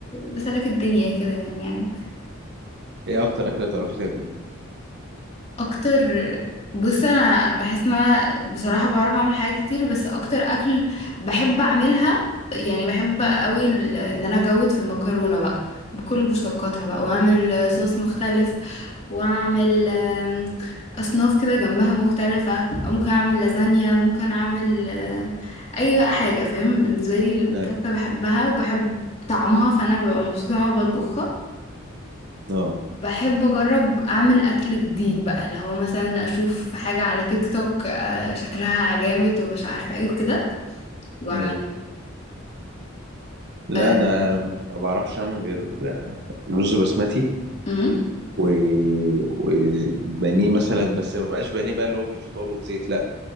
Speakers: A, on the left (about 30°); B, on the right (about 55°).
A: بسلك الدنيا كده يعني عادي
B: ايه اكتر اكله بتعرفي تعمليها
A: اكتر بص انا بحس ان انا بصراحة بعرف اعمل حاجات كتير بس اكتر اكل بحب اعملها يعني بحب قوي ال- ان انا اجود في المكرونة بقى بكل مشتقاتها بقى واعمل صوص مختلف واعمل آم، اصناف كده جنبها مختلفة او ممكن اعمل لازانيا ممكن اعمل آه، اي بقى حاجة فاهم بالنسبة لي الباستا
B: لا
A: بحبها وبحب طعمها فانا ببقى مبسوطة وانا بطبخها
B: اه
A: بحب اجرب اعمل اكل جديد بقى اللي هو مثلا اشوف حاجة على تيك توك آه، شكلها جامد ومش عارفة ايه وكده واعمل
B: ايوه لا
A: آه،
B: انا ما بعرفش اعمل غير رز بسمتي
A: أمم.
B: و... وبانيه مثلا بس ما بقاش بانيه بقى اللي هو فيجيتار وفي زيت لا